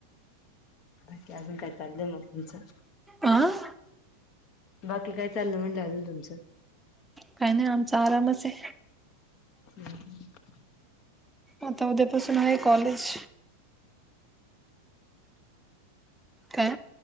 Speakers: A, on the left; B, in the centre.
A: बाकी अजून काय चाललंय मग तुमचं?
B: अह,
A: बाकी काय चाललं म्हटलं अजून तुमचं?
B: काही नाही आमचा आरामच ये.
A: ह्म्म,
B: आता उद्यापासून आहे कॉलेज. काय?